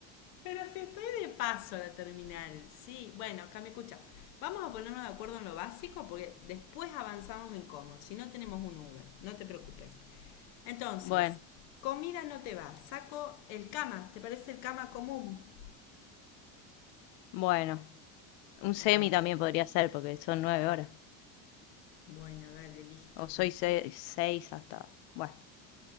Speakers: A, on the left; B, on the left.
A: Pero si estoy de paso a la terminal, sí. Bueno, acá me escucha. Vamos a ponernos de acuerdo en lo básico porque después avanzamos en cómo. Si no tenemos un Uber, no te preocupes. Entonces,
B: Bueno,
A: comida no te va. Saco el cama. ¿Te parece el cama común?
B: bueno, un semi
A: Dale.
B: también podría ser, porque son nueve horas.
A: Bueno, dale, listo,
B: O soy
A: listo.
B: se- seis, hasta. Bueno,